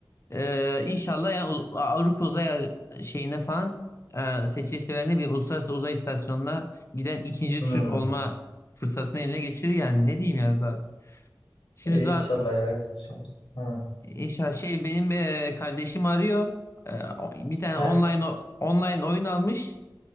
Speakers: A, on the left; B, on the left.
A: e, inşallah yani U- Avrupa uzay şeyine falan e, seçilirse ben de bir uluslararası uzay istasyonuna giden ikinci
B: hmm.
A: Türk olma fırsatını eline geçirir yani ne diyeyim yani Zuhat. Şimdi
B: E,
A: Zuhat
B: inşallah ya. inşallah. Ha.
A: inşallah şey benim e, kardeşim arıyor. E, o- bir tane
B: Heh,
A: online o- online oyun almış.